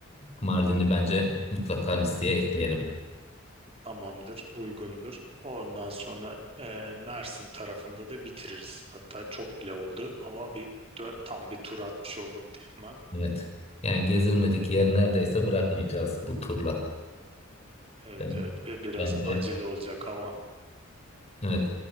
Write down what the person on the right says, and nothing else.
Tamamdır. Uygundur. Ondan sonra e, Mersin tarafında da bitiririz. Hatta çok bile oldu ama bir dö- tam bir tur atmış olduk diyelim ha.
Evet
evet Ve biraz
acele olacak ama